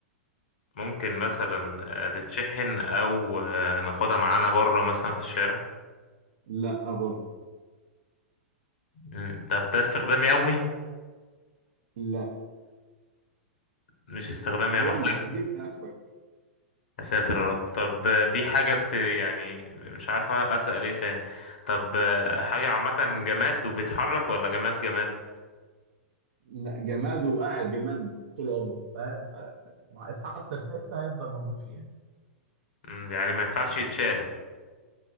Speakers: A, on the left; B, on the right.
A: ممكن مثلا آه، تتشحن او آه، ناخدها معانا بره مثلا في الشارع
B: لا برضه
A: مم. طب ده استخدام يومي
B: لا
A: مش استخدام يومي
B: يلا جيب اخرك
A: يا ساتر يا رب طب آه، دي حاجة بت يعني مش عارف أسأل ايه تاني طب آه، حاجة عامة جماد وبيتحرك ولا جماد جماد
B: لا جماد وقاعد جماد طول عمره فاهم آه، ما اتحط في حتة هيفضل موجود فيها
A: مم، يعني ما ينفعش يتشال